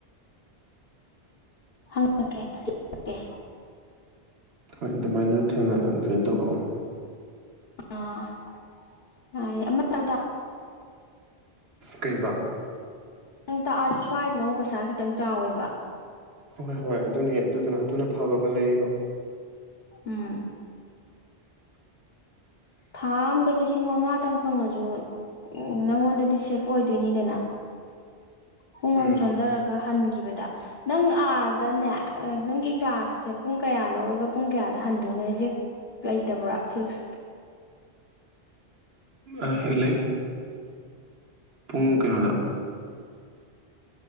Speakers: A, on the left; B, on the right.
A: ꯍꯪꯉꯛꯀꯦꯦ
B: ꯍꯣꯏ ꯑꯗꯨꯃꯥꯏꯅ ꯊꯦꯡꯅ ꯊꯅ ꯇꯧꯔꯛꯑꯣ
A: ꯑ <unintelligible> ꯑꯃꯇꯪ
B: ꯀꯩꯕ
A: ꯇꯥꯛꯑꯁꯨ ꯁ꯭ꯋꯥꯏꯗꯅ ꯑꯃꯨꯛ ꯄꯩꯁꯥ ꯈꯤꯇꯪ ꯆꯥꯎꯋꯦꯕ
B: ꯍꯣꯏ ꯍꯣꯏ ꯑꯗꯨꯅꯦ ꯑꯗꯨꯗꯨꯅ ꯑꯗꯨꯅ ꯐꯕ ꯑꯃ ꯂꯩꯌꯦꯕ
A: ꯎꯝ ꯊꯥ ꯑꯝꯗ ꯂꯤꯁꯤꯡ ꯃꯉꯥꯇꯪ ꯐꯪꯉꯁꯨ ꯅꯪꯉꯣꯟꯗꯗꯤ ꯁꯦꯐ ꯑꯣꯏꯗꯣꯏꯅꯤꯗꯅ ꯄꯨꯡ
B: ꯎꯝ
A: ꯑꯃ ꯆꯣꯟꯗꯔ ꯍꯟꯈꯤꯕꯗ ꯅꯪ ꯑꯥꯗꯅꯦ ꯅꯪꯒꯤ ꯀ꯭ꯂꯥꯁꯁꯦ ꯄꯨꯡ ꯀꯌꯥ ꯂꯧꯔꯒ ꯄꯨꯡ ꯀꯌꯥꯗ ꯍꯟꯗꯣꯏꯅꯣ ꯑꯖꯦꯛ ꯂꯩꯇꯕ꯭ꯔꯥ ꯐꯤꯛꯁ꯫
B: ꯑ ꯂꯩ ꯄꯨꯡ ꯀꯩꯅꯣꯗ